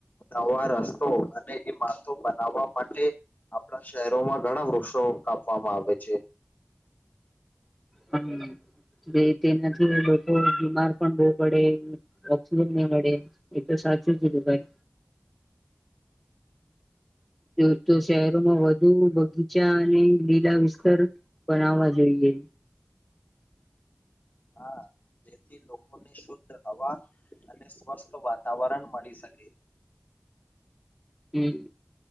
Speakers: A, on the left; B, in the centre.
A: નવા રસ્તો અને ઈમારતો બનાવવા માટે આપણા શહેરોમાં ઘણા વૃક્ષો કાપવામાં આવે છે.
B: હમમ બે તેનાથી લોકો બીમાર પણ બો પડે અ જોવા જ ની મળે એ તો સાચું જ કીધું ભાઈ. જો તો શહેરોમાં વધુ બગીચા અને લીલા વિસ્તાર બનાવા જોઈએ.
A: હા જેથી લોકોની શુદ્ધ હવા અને સ્વસ્થ વાતાવરણ મળી શકે.
B: હમમ.